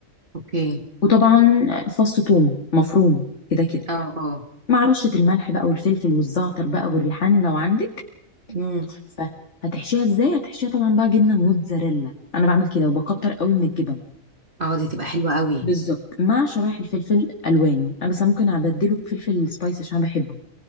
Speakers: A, on the right (about 40°); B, on the left (about 55°).
A: اوكي
B: وطبعا فص ثوم مفروم كده كده
A: اه اه
B: مع رشه الملح بقى والفلفل والزعتر بقى والريحان لو عندك
A: امم
B: تحفه هتحشيها ازاي هتحشيها طبعا بقى جبنه موتزاريلا انا بعمل كده وبكتر قوي من الجبن
A: اه دي تبقى حلوة قوي
B: بالظبط مع شرايح الفلفل الوان انا بس ممكن ابدله بفلفل سبايسي عشان أنا بحبه